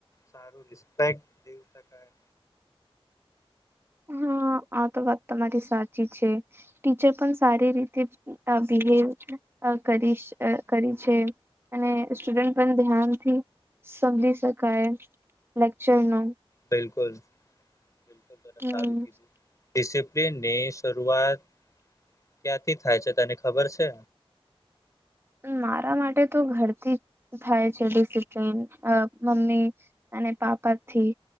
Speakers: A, on the left; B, on the right.
A: સારું રિસ્પેક્ટ દેવ શકાય.
B: હા આ તો વાત તમારી સાચી છે. ટીચર પણ સારી રીતે બિહેવ કરી
A: બિલકુલ
B: કરી છે. અને સ્ટુડન્ટ પણ ધ્યાનથી સમજી શકાય લેક્ચર નુ.
A: બિલકુલ બિલકુલ તમેં
B: હમ
A: સારું કીધું. ડિસિપ્લિનની શરૂઆત ક્યાંથી થાય છે તને ખબર છે.
B: મારા માટે તો ઘરથી થાય છે ડિસિપ્લીન મમ્મી અને પાપાથી.